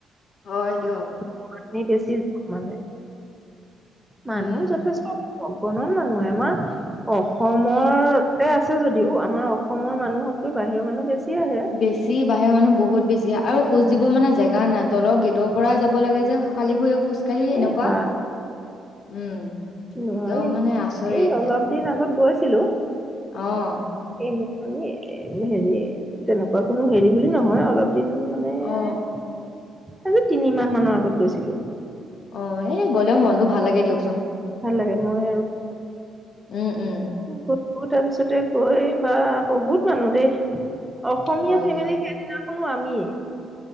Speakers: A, on the left; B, in the centre.
A: হয় দিয়ক,
B: ইমানেই বেছি মানে, মানুহ
A: উম।
B: যথেষ্ট, অগণন মানুহ আহে, আমাৰ অসমতে আছে যদিও, আমাৰ অসমৰ মানুহতকৈ বাহিৰৰ মানুহ বেছি আহে।
A: বেছি বাহিৰৰ মানুহ বহুত বেছি, আৰু খোজ
B: উম
A: দিব মানে জেগা না তলৰ গেটৰ পৰাই যাব লাগে যে, খালী ভৰিয়ে খোজকাঢ়ি এনেকুৱা,
B: এই বা
A: উম,
B: নোৱাৰি
A: একদম মানে আচৰিত।
B: এই অলপ দিন আগত গৈছিলো।
A: অ'।
B: এই এনেকুৱা যে হেৰি, তেনেকুৱা কোনো হেৰি বুলি নহয়। অলপ দিন মানে
A: অ'।
B: আজি তিনিমাহ মানৰ আগত গৈছিলো।
A: অ', এই গ'লেও মনটো ভাল লাগে দিয়কচোন,
B: ভাল লাগে মই
A: উম উম।
B: <unintelligible> পিছতে গৈ, বা বহুত মানুহ দেই। অসমীয়া
A: হয়
B: ফেমিলি
A: দিয়ক
B: সেইদিনাখনো আমিয়ে।